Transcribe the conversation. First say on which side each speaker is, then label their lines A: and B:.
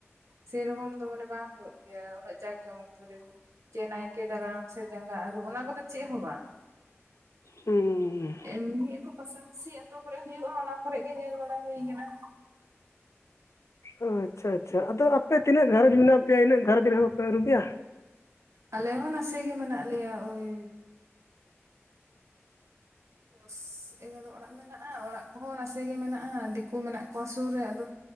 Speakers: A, on the right; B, on the left.
A: ᱥᱮᱨᱚᱠᱚᱢ ᱫᱚ ᱢᱟᱱᱮ ᱵᱟᱝ ᱦᱩᱭᱩᱜ ᱜᱮᱭᱟ ᱩᱱᱟᱹᱜ ᱡᱟᱠ ᱡᱚᱢᱚᱠ ᱫᱷᱚᱨᱮ ᱫᱚ ᱡᱮ ᱱᱟᱭᱠᱮ ᱫᱟᱨᱟᱢ ᱥᱮ ᱡᱟᱸᱜᱟ ᱟᱹᱨᱩᱰ ᱚᱱᱟ ᱠᱚᱫᱚ ᱪᱮᱫ ᱦᱚᱸ ᱵᱟᱝ
B: ᱦᱩᱸ
A: ᱮᱢᱱᱤ ᱟᱫᱚ ᱯᱟᱥᱟᱯᱟᱹᱥᱤ ᱟᱛᱳ ᱠᱚᱨᱮ ᱦᱩᱭᱩᱜᱼᱟ ᱚᱱᱟ ᱠᱚᱨᱮ ᱜᱮ ᱧᱮᱞ ᱵᱟᱲᱟ ᱦᱩᱭ ᱟᱠᱟᱱᱟ ᱾
B: ᱚ ᱟᱪᱪᱷᱟ ᱟᱪᱪᱷᱟ ᱟᱫᱚ ᱟᱯᱮ ᱛᱤᱱᱟᱹᱜ ᱜᱷᱟᱨᱚᱸᱡᱽ ᱢᱮᱱᱟᱜ ᱯᱮᱭᱟ ᱤᱱᱟᱹᱜ ᱜᱷᱟᱨᱚᱸᱡᱽ ᱨᱮᱦᱚᱸ ᱵᱟᱯᱮ ᱟᱹᱨᱩᱵᱮᱭᱟ?
A: ᱟᱞᱮ ᱦᱚᱸ ᱱᱟᱥᱮ ᱜᱮ ᱢᱮᱱᱟᱜ ᱞᱮᱭᱟ ᱳᱭᱼᱼ ᱫᱚᱥ ᱮᱜᱟᱨᱚ ᱚᱲᱟᱜ ᱢᱮᱱᱟᱜᱼᱟ ᱚᱲᱟᱜ ᱠᱚᱦᱚᱸ ᱱᱟᱥᱮ ᱜᱮ ᱢᱮᱱᱟᱜᱼᱟ ᱫᱤᱠᱩ ᱢᱮᱱᱟᱜ ᱠᱚᱣᱟ ᱥᱩᱨ ᱨᱮ ᱟᱫᱚᱼᱼ